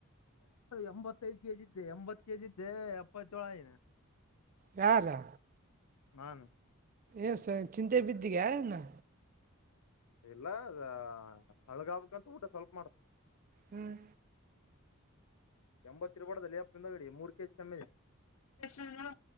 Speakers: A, on the left; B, on the right.
A: ಎಂಬತ್ತೈದು ಕೆಜಿ ಇದ್ದೆ ಎಂಬತ್ ಕೆಜಿ ಇದ್ದೆ ಎಪ್ಪತೆಳು ಆಗಿನಿ
B: ಯಾರು
A: ನಾನು
B: ಏಸ ಚಿಂತೆ ಬಿದ್ದಿಯ ಏನು
A: ಇಲ್ಲ ಅದ ತೆಳ್ಳಗಾಗ್ಬೇಕಂತಊಟ ಸ್ವಲ್ಪ ಮಾಡ್ತ
B: ಹ್ಮ್
A: ಎಂಬತ್ತು ಇರ್ಬಾರ್ದಲೇ ಹಿಂದಗಡೆಗೆ ಮೂರುಕೆಜಿ ಕಮ್ಮಿ ಆಗೈತೆ ಎಷ್ಟಾಯ್ತಣ್ಣ